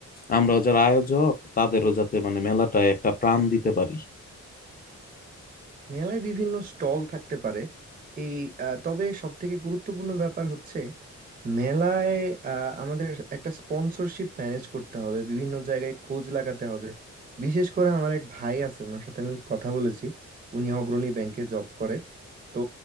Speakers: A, on the left; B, on the right.
A: আমরা যারা আয়োজক তাদেরও যাতে মানে মেলাটায় একটা প্রাণ দিতে পারি
B: মেলায় বিভিন্ন স্টল থাকতে পারে এই আহ, তবে সব থেকে গুরুত্বপূর্ণ ব্যাপার হচ্ছে মেলায় আহ, আমাদের একটা স্পন্সরশিপ ম্যানেজ করতে হবে বিভিন্ন জায়গায় খোঁজ লাগাতে হবে বিশেষ করে আমার এক ভাই আছে ওনার সাথে আমি কথা বলেছি উনি অগ্রণী ব্যাংকে জব করে তো